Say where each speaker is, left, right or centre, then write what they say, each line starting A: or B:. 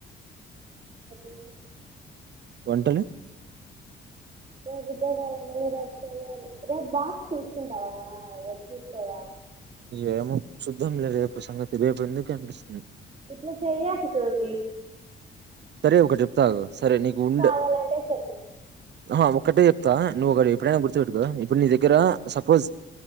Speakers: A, on the right (about 35°); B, on the right (about 60°).
A: నుంచి
B: వంటలు
A: రేపు ఉద్యోగాల మళ్ళీ రేపు చేయాలి రేపు బాక్స్ తీసుకుంటావా వచ్చేస్తవా
B: ఏమో చూద్దాంలే రేపు సంగతి రేపు ఎందుకు అనిపిస్తుంది
A: ఇట్ల చేయకు జోగీ
B: సరే ఒకటి చెప్పు తాగు సరే నీకు ఉం
A: కావాలంటే చెప్పు
B: ఆ ఒక్కటే చెప్తా నువ్వు ఒకటి ఎప్పుడైనా గుర్తుపెట్టుకో ఇప్పుడు నీ దగ్గర సపోజ్